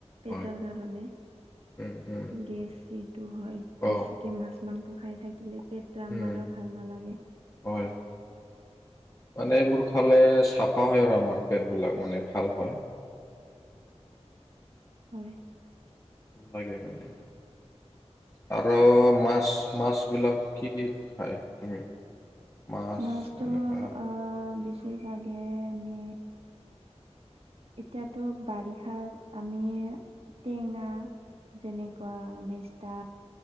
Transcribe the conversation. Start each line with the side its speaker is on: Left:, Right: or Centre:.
Left: হয়
Right: পেটৰ কাৰণে।
Left: উম উম
Right: গেছ এইটো হয় বেছি।
Left: অ
Right: মাছ মাংস খাই থাকিলে পেটটো আমাৰো
Left: উম
Right: ভাল নালাগে।
Left: হয়। মানে এইবোৰ খালে চাফা হয় আৰু আমাৰ পেটবিলাক মানে ভাল হয়।
Right: হয়।
Left: লাগে মানে আৰু মাছ মাছবিলাক কি দি খায় তুমি? মাছ
Right: মাছতো
Left: এনেকা
Right: আহ বেছিভাগে আমি। এতিয়াতো বাৰিষাত আমি টেঙা যেনেকুৱা মেষ্টা